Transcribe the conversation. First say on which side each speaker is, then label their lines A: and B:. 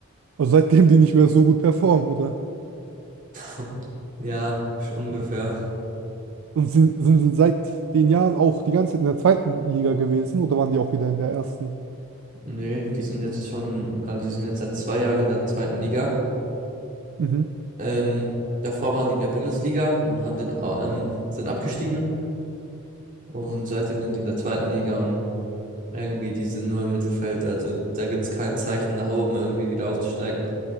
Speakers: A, on the right; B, on the right.
A: Also seitdem die nicht mehr so gut performen, oder?
B: <laughs> Ja, sch- ungefähr.
A: Und sind, sind sie seit den Jahren auch die ganze Zeit in der zweiten Liga gewesen oder waren die auch wieder in der ersten?
B: Nee, die sind jetzt schon, also die sind jetzt seit zwei Jahren in der zweiten Liga.
A: Mhm.
B: Ähm, davor waren die in der Bundesliga und haben den, au- ähm, sind abgestiegen. Und seitdem sind die in der zweiten Liga und irgendwie, die sind nur im Mittelfeld. Also da gibt's kein Zeichen nach oben, irgendwie wieder aufzusteigen.